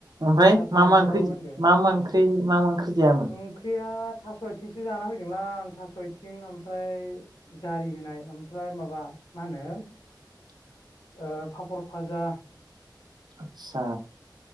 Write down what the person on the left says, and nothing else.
संसार
जानांगौआबो
होनदो
ओंख्रिया? थास' आथिंसो जान फैदोंलां आं थास' आथिं ओमफ्राय जारि होनाय ओमफ्राय माबा मा होनो
ओ फापर फाजा